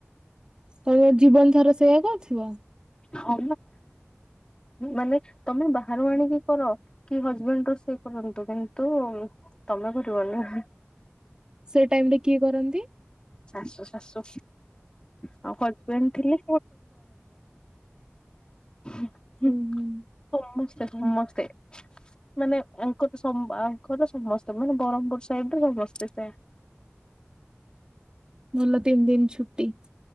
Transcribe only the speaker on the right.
ହ ତମ ଜୀବନ ସାରା ସେଇଆ କହୁଛ। ୁ
ସେ ଟାଇମ ରେ କିଏ କରନ୍ତି?
ଉଁ ହୁଁ
ହୁଁ।
ଭଲ ତିନି ଦିନ ଛୁ ଛୁଟି।